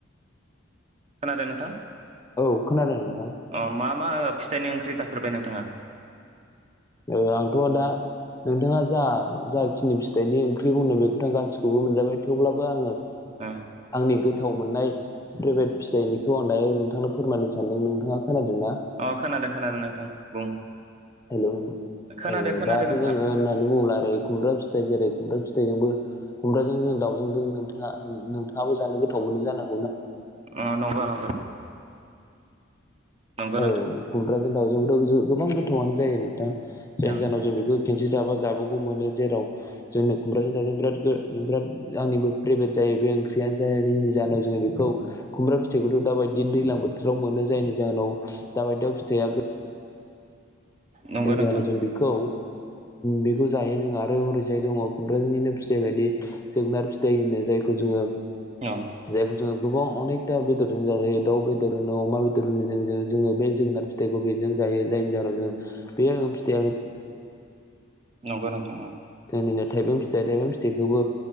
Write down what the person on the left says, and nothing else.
औ खोनादों नोंथां
औ आंथ' दा नोंथाङा जा जाखिनि फिथाइनि ओंख्रि बुंदों बेखौथ गासिखौबो मोनजाबाय थेवब्लाबो आङो।
आंनि गोथाव मोननाय प्रेभेट फिथाइनिखौ आं दायो नोंथांनो फोरमायनो सानदों नोंथाङा खोनादों ना।
हेल'।
दाथ'
जोङो होननानै बुङला ओरै खुमब्रा फिथाइ जेरै खुमब्रा फिथाइजोंबो खुमब्राजों जों दाउजोंबो नोंथाङा नोंथाङाबो जानो गोथाव मोनो जानांगौ
औ
खुमब्राजों दाावजोंबोथ' गोबां गोथावनो जायो नोंथां जेन
जायनाव जों बेखौ खेनसे जाबा जाबावगौ मोनो जेराव जोंनो खुमब्राजों दावजों बिराद बिराद आंनिबो फेब्रेट जाय बे ओंख्रिया जायनि जाहोनाव जोङो बेखौ खुमब्रा फिथाइखौथ' दाबायदि दैलां बोथ आव मोनो जायनि जाहोनाव दाबायदियाव फिथाइआ
जानो
जों बेखौ बेखौ जायो जोंहा आरो ओरैजाय दङ खुमब्रनिनो फिथाइ बायदि जोगोनार फिथाइ होनो जायखौ जोङो
जायखौ जोङो गोबां अनेखथा बेदरजों जाजायो दाउ बेदर होनो अमा बेदर होनो जों जोङो बे जोगोनार फिथाइखौ बेजों ज जायो जायनि जाहोनाव जोङो बे फिथाइयाबो
नो थाइबें फिथाइ थाइबें फिथाइखौबो